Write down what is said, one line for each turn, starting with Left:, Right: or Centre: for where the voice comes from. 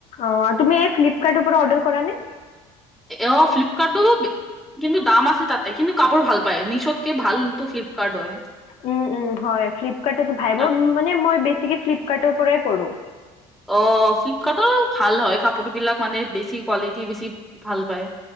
Left: অঁ! তুমি এই ফ্লিপকাৰ্টৰ পৰা অৰ্ডাৰ কৰা নে?
Centre: অঁ! ফ্লিপকাৰ্ডটো তো কিন্তু দাম আছে তাতে কিন্তু কাপোৰ ভাল পায়। মিছোত কে ভালটো ফ্লিপকাৰ্ট হয়।
Left: উম-উম! হয় ফ্লিপকাৰ্টো ভাই
Centre: তাত
Left: মোৰ মানে মই বেছিকে ফ্লিপকাৰ্টৰ পৰাই কৰোঁ।
Centre: অঁ! ফ্লিপকাৰ্টৰ ভাল হয়। কাপোৰ বিলাক মানে বেছি কোৱালিটি বেছি ভাল পায়।